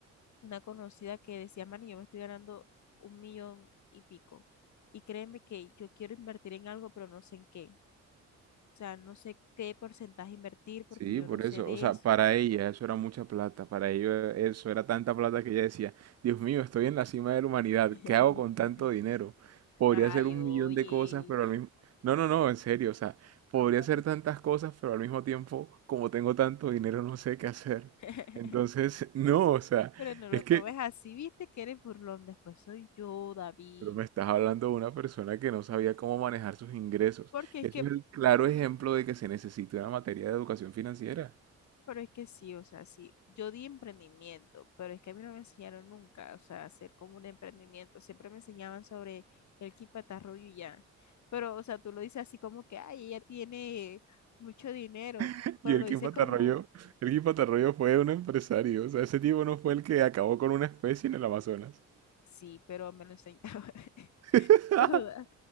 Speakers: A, on the left (about 70°); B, on the right (about 55°).
A: una conocida que decía, Mani, yo me estoy ganando un millón y pico. Y créeme que yo quiero invertir en algo, pero no sé en qué. O sea, no sé qué porcentaje invertir porque
B: Sí,
A: yo
B: por
A: no sé
B: eso.
A: de
B: O sea,
A: eso.
B: para ella eso era mucha plata. Para ellos eso era tanta plata que ella decía, Dios mío, estoy en la cima de la humanidad.
A: <laughs>
B: ¿Qué hago con tanto dinero? Podría
A: Ay,
B: hacer un
A: oye.
B: millón de cosas, pero al mismo... No, no, no, en serio. O sea, podría
A: Ay.
B: hacer tantas cosas, pero al mismo tiempo, como tengo tanto dinero, no sé qué hacer.
A: <laughs>
B: Entonces, <laughs> no, o sea,
A: Pero no lo
B: es
A: tomes
B: que...
A: así, viste que eres burlón, después soy yo, David.
B: Pero me estás hablando de una persona que no sabía cómo manejar sus ingresos.
A: Porque es
B: Eso
A: que,
B: es el claro ejemplo de que se necesita una materia de educación financiera.
A: pero es que sí, o sea, sí, yo di emprendimiento, pero es que a mí no me enseñaron nunca, o sea, hacer como un emprendimiento, siempre me enseñaban sobre el quipatarrullo y ya. Pero, o sea, tú lo dices así como que, ay, ella tiene mucho dinero,
B: <laughs>
A: pero
B: Y el
A: lo dices
B: Kim Patarroyo,
A: como,
B: el Kim Patarroyo fue un empresario. O sea, ese tipo no fue el que acabó con una especie en el Amazonas.
A: Sí, pero me lo enseñaba. <laughs>
B: <laughs>
A: Toda-